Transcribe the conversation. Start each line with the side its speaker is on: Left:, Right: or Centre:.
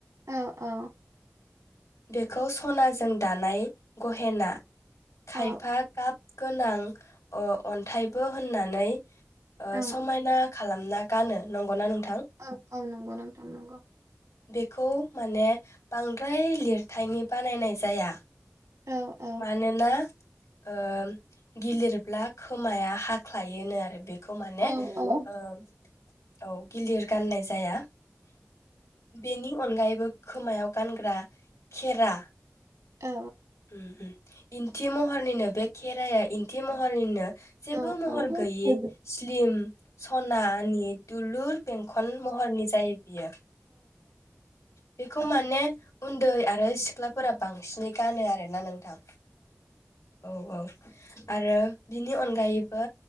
Right: औ औ।
Left: बेखौ सनाजों दानाय गहेना। खायफा
Right: औ
Left: गाब गोनां। ओ अन्थाइबो। होननानै ओ
Right: औ
Left: समायना खालामना गानो। नंगौ ना नों
Right: औ औ नंगौ नोंथां नंगौ।
Left: बेखौ माने बांद्राय लिरथायनि बानायनाय जाया।
Right: औ औ
Left: मानोना। ओम गिलिरब्ला खोमाया हाख्लायोनो आरो बे। खौ माने
Right: औ औ औ
Left: ओम औ। गिलिर गाननाय जाया। बेनि अनगायैबो। खोमायाव गानग्रा खेरा।
Right: औ।
Left: उम इन्थि महरनिनो बे खेराइाया इन्थि महरनिनो। जेबो
Right: औ
Left: महर
Right: औ
Left: गैयि
Right: औ
Left: स्लिम सनानि दुलुर बेंखन महरनि जायो बियो। बेखौ माने उन्दै आरो सिख्लाफोरा बांसिनै गानो आरो आरो ना नोंथां औ औ आरो बिनि अनगायैबो